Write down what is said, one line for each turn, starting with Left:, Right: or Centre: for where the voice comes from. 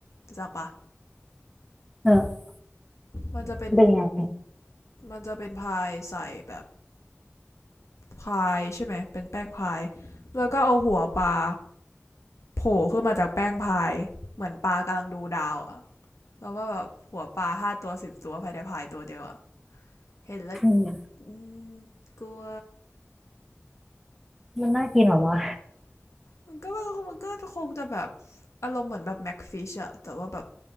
Left: รู้จักปะ
Centre: เออ
Left: มันจะเป็น
Centre: เป็นยังไง
Left: มันจะเป็นพายใส่แบบ พายใช่ไหมเป็นแป้งพายแล้วก็เอาหัวปลาโผล่ขึ้นมาจากแป้งพายเหมือนปลากำลังดูดาวอะแล้วว่าแบบหัวปลาห้าตัวสิบตัวภายในพายตัวเดียวอะเห็นแล้ว
Centre: อืม
Left: ืมกลัว
Centre: มันน่ากินเหรอวะ
Left: มันก็มันก็คงจะแบบอารมณ์เหมือนแบบแม็กฟิชอะแต่ว่าแบบ